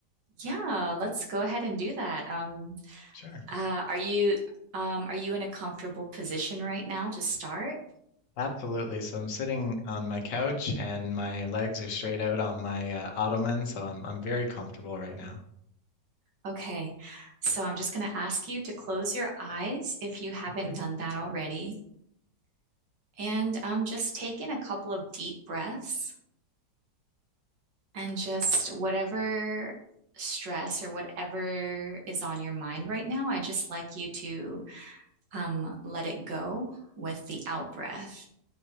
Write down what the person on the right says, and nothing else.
Yeah, let's go ahead and do that. Um,
uh, are you um, are you in a comfortable position right now to start?
Okay, so I'm just going to ask you to close your eyes if you haven't
done that already. And um, just take in a couple of deep breaths and just whatever stress or whatever is on your mind right now, I just like you to um, let it go with the out breath